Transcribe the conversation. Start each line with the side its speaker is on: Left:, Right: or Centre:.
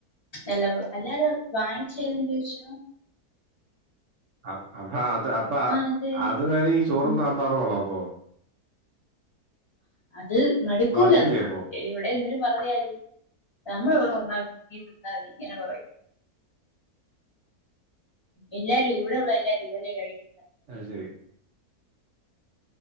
Left: നല്ലപോ അല്ലാതെ വാങ്ങിച്ചേര്ന്ന് ചോ
Right: അപ്പ അത് അപ്പ
Left: ആഹ് അതെ
Right: അതു വരെ ഈ ചോറും
Left: ഉം
Right: സാമ്പാറും ഒള്ളോ അപ്പൊ
Left: അത് മട്ക്കൂലന്നാ
Right: മടുക്കില്ലേ അപ്പൊ
Left: ഇവിടേന്ത് പറഞ്ഞാലും നമ്മള് ഇവിടെ ഒന്നാകി തിന്നാതി ഇങ്ങനെ പറയും എല്ലാരും ഇവിടെ ഒള്ള എല്ലാരും ഇതഞ്ഞേ കഴിക്കു
Right: അഹ്ശെരി